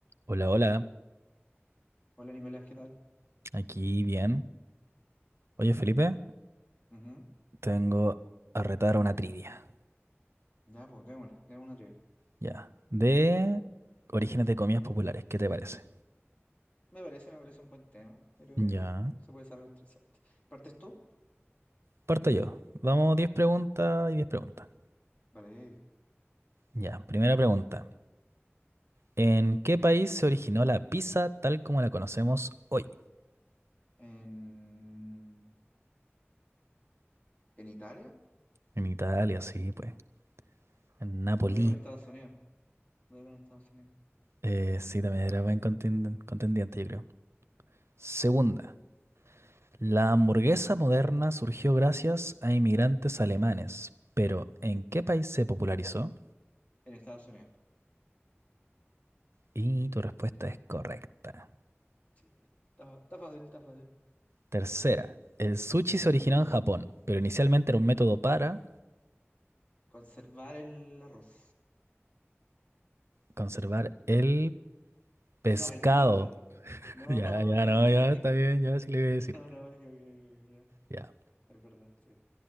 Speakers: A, on the right; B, on the left.
A: Hola, hola,
B: Hola Nicolás, ¿qué tal?
A: aquí bien. Oye, Felipe,
B: Ujú.
A: tengo a retar una trivia,
B: Ya, pues démosle, démosle una trivia.
A: ya, de orígenes de comidas populares, ¿qué te parece?
B: Me parece, me parece un buen tema, pero
A: Ya,
B: eh, se puede saber interesante. ¿Partes tú?
A: parto yo. Vamos, 10 preguntas y 10 preguntas.
B: Vale, ya, ya.
A: Ya, primera pregunta. ¿En qué país se originó la pizza tal como la conocemos hoy?
B: En... ¿En Italia?
A: En Italia, sí, pues. En Napoli.
B: Tú con Estados Unidos. Tú con Estados Unidos.
A: Eh, sí, también era buen contin- contendiente, yo creo. Segunda. La hamburguesa moderna surgió gracias a inmigrantes alemanes, pero ¿en qué país se popularizó?
B: En Estados Unidos.
A: Y tu respuesta es correcta.
B: Sí, está, está fácil, está fácil.
A: Tercera, el sushi se originó en Japón, pero inicialmente era un método para
B: Conservar el arroz.
A: conservar el pescado.
B: No, el pescado. El...
A: <laughs>
B: No,
A: Ya, ya,
B: <laughs> yo
A: no,
B: qué.
A: ya está bien, ya
B: <laughs>
A: sí le voy a decir.
B: No, no, yo, yo, yo, ya.
A: Ya.
B: Es verdad, sí.